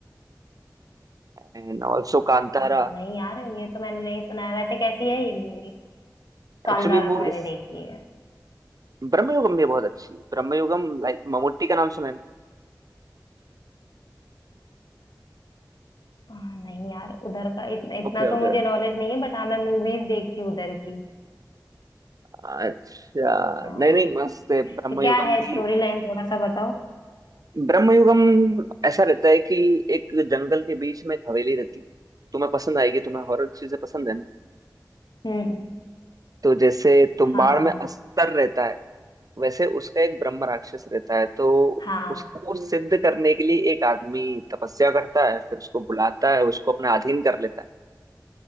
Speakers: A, on the right; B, on the left.
A: and also Kantara
B: हाँ, नहीं यार ये तो मैंने नहीं सुना है वैसे कैसी है ये मूवी कांतारा
A: Actually
B: तो
A: वो
B: मैंने
A: इस
B: देखी है
A: ब्रह्मयुगम भी बहुत अच्छी है ब्रह्मयुगम लाइक ममूटी का नाम सुना है
B: हाँ, नहीं यार उधर का इतना इतना
A: Okay
B: तो
A: okay
B: मुझे नॉलेज नहीं है बट हाँ मैं मूवीज देखती हूँ उधर की
A: अच्छा
B: हाँ
A: नहीं नहीं मस्त है ब्रह्मयुगम
B: तो क्या है
A: भी
B: स्टोरी लाइन थोड़ा सा बताओ
A: ब्रह्मयुगम ऐसा रहता है कि एक जंगल के बीच में एक हवेली रहती है तुम्हें पसंद आएगी तुम्हें हॉरर चीजें पसंद है ना
B: हम्म हम्म,
A: तो जैसे तुम्बाड़
B: हाँ
A: में अस्तर रहता है वैसे उसका एक ब्रह्म राक्षस रहता है तो
B: हाँ
A: उसको सिद्ध करने के लिए एक आदमी तपस्या करता है फिर उसको बुलाता है उसको अपना अधीन कर लेता है